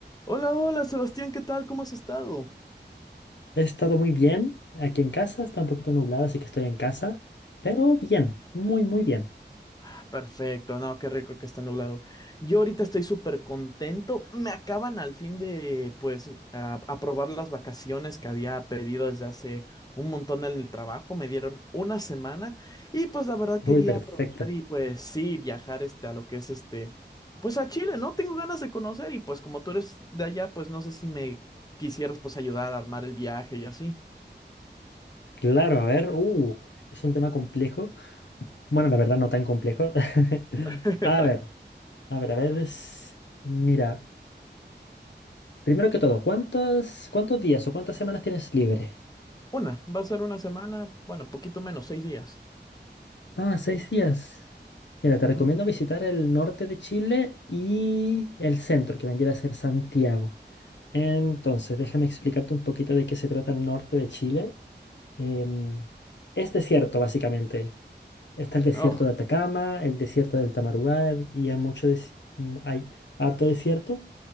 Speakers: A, on the left; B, on the left.
A: Hola, hola, Sebastián, ¿qué tal? ¿Cómo has estado?
B: He estado muy bien aquí en casa, está un poquito nublado, así que estoy en casa, pero bien, muy, muy bien.
A: Ah, perfecto, no, qué rico que está nublado. Yo ahorita estoy súper contento. Me acaban al fin de, pues, a- aprobar las vacaciones que había pedido desde hace un montón en el trabajo. Me dieron una semana y, pues, la verdad
B: Uy,
A: quería
B: perfecto.
A: aprovechar y, pues, sí, viajar, este, a lo que es, este, pues, a Chile, ¿no? Tengo ganas de conocer y, pues, como tú eres de allá, pues, no sé si me quisieras, pues, ayudar a armar el viaje y así.
B: Claro, a ver, uh, es un tema complejo. Bueno, la verdad no tan complejo. <laughs>
A: <laughs>
B: A ver, a ver, a ver. es- Mira, primero que todo, ¿cuántos, cuántos días o cuántas semanas tienes libre?
A: Una, va a ser una semana, bueno, poquito menos, seis días.
B: Ah, seis días. Mira, te recomiendo
A: Ujú.
B: visitar el norte de Chile y el centro, que vendría a ser Santiago. Entonces, déjame explicarte un poquito de qué se trata el norte de Chile. Em, es desierto, básicamente. Está el desierto
A: Oh,
B: de Atacama, el desierto del Tamarugal, y hay mucho des- mm, hay harto desierto.